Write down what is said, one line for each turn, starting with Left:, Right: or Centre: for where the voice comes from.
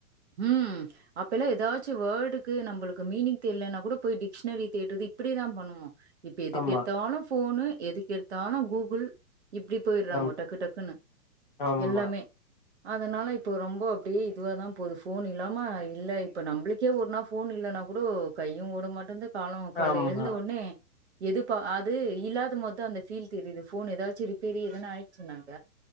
Right: ம் அப்பேல்லா எதாச்சு வேர்டுக்கு நம்பளுக்கு மீனிங் தெரியலன்னா கூட போய் டிக்ஷனரி தேடுறது இப்டிதா பண்ணுவோ இப்ப எதுக்கெடுத்தானு
Left: ஆமா
Right: ஃபோனு எதுக்கெடுத்தாலு கூகுள் இப்டி போயிர்றாங்கோ
Left: ஆமா
Right: டக்கு டக்குன்னு
Left: ஆமா
Right: எல்லாமே அதனால இப்போ ரொம்ப அப்டியே இதுவாதா போது ஃபோன் இல்லாம இல்ல இப்ப நம்புளுக்கே ஒரு நா ஃபோன் இல்லனா கூட கையு ஓட மாட்டந்து காலு கால்ல
Left: ஆமா
Right: எழுந்தவொனே எதுப்பா அது இல்லாத மோதா அந்த ஃபீல் தெரியுது ஃபோன் எதாச்சு ரிப்பேரி எதான்னு ஆயிச்சினாக்க